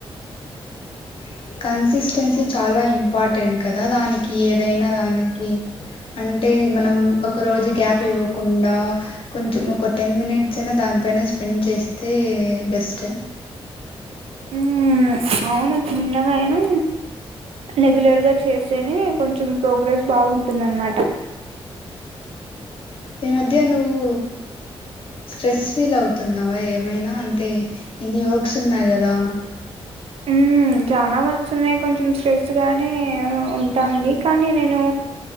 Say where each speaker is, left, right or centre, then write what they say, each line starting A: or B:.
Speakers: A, on the left; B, on the right.
A: నువ్వేనా కన్సిస్టెన్సీ చాలా ఇంపార్టెంట్ కదా దానికి ఏదైనా దానికి అంటే మనం ఒక రోజు గ్యాప్ ఇవ్వకుండా కొంచం ఒక టెన్ మినిట్స్ అయినా దానిపైన స్పెండ్ చేస్తే బెస్ట్
B: ఉ అవును చిన్నగా అయినా రెగ్యులర్గా చేస్తేనే కొంచెం ప్రోగ్రెస్ బాగుంటుంద అనమాట
A: ఈ మధ్య నువ్వు స్ట్రెస్ ఫీల్ అవుతున్నావా ఏమైనా అంటే అంతే ఇన్ని హోప్స్ ఉన్నాయి గదా
B: ఉ చాలా వస్తున్నాయి కొంచెం స్ట్రెస్ గానే ఉంటుంది కానీ నేను